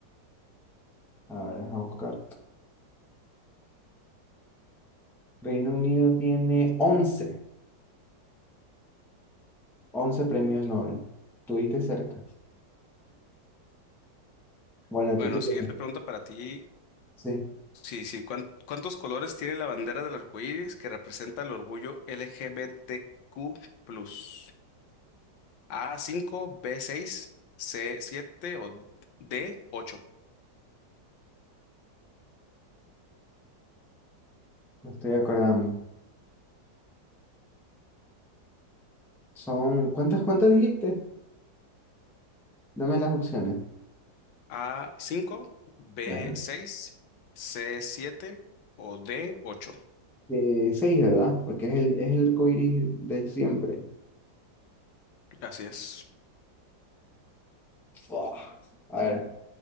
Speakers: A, in the centre; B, on the left.
A: A ver, deja buscar. Reino Unido tiene once once premios Nobel. Tuviste cerca. Bueno,
B: Bueno,
A: tú tuviste.
B: siguiente pregunta para ti.
A: Sí,
B: Sí, sí, ¿cuán- ¿cuántos colores tiene la bandera del arco iris que representa el orgullo LGBTQ+? a cinco, b seis, c siete o d ocho.
A: me estoy acordando. Son, ¿cuántas, cuántas dijiste? Dame las opciones.
B: a cinco, b
A: Ya.
B: seis, c siete o d ocho.
A: Eh, seis, ¿verdad? Porque es el, es el arco iris de siempre.
B: Así es.
A: Fua. A ver,